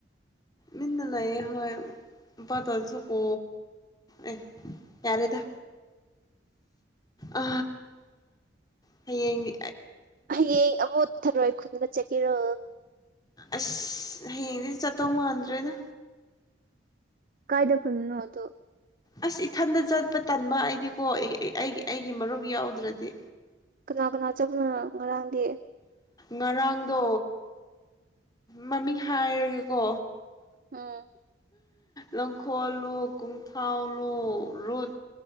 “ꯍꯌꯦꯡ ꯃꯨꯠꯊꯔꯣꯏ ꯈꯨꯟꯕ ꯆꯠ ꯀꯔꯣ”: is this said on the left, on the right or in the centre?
Right